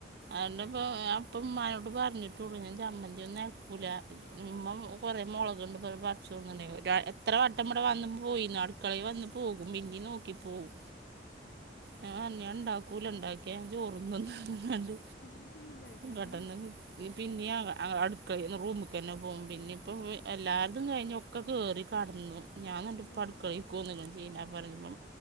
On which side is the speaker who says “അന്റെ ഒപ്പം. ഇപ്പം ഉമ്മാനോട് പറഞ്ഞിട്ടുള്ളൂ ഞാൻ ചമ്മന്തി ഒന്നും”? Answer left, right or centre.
Right